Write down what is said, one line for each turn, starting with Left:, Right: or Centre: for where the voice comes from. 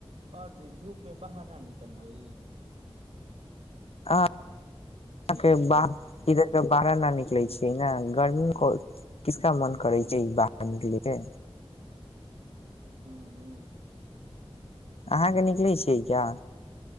Right: और धूप मे बाहर न निकलबै
Left: अहाँ
Right: ठीक छै
Left: बाढ़ इधर का बाहर न निकलै छियै ने गर्मी मे किसका मन करै छै ई बाहर निकलेके
Right: ह्म ह्म
Left: अहाँके निकलै छियै क्या